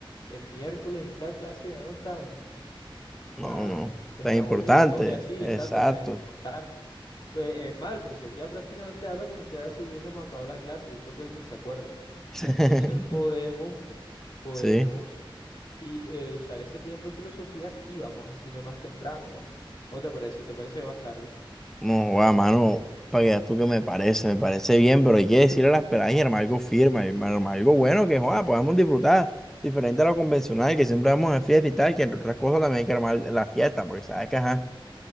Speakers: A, on the left; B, in the centre.
A: el miércoles, esa clase ya no es tan,
B: no,
A: tan,
B: no,
A: pues
B: tan
A: tan
B: importante,
A: obligatoria así,
B: exacto,
A: exacto, tan importante. Pues es mal, el profesor ya prácticamente habla como si ya se hubiésemos acabado la clase, yo creo que él ni se acuerda.
B: <laughs>
A: Entonces podemos, podemos
B: sí.
A: y, eh, usar ese tiempo de filosofía y vamos a cine más temprano, ¿no? ¿No te parece? ¿O te parece que más tarde?
B: No, guau, mano, para que veas tú que me parece, me parece bien, pero hay que decirle a las peladas y armar algo firme, armar armar algo bueno que, joda, podamos disfrutar, diferente a lo convencional, que siempre vamos a fiesta y tal, que entre otras cosas también hay que armar la fiesta, porque sabes que, ajá,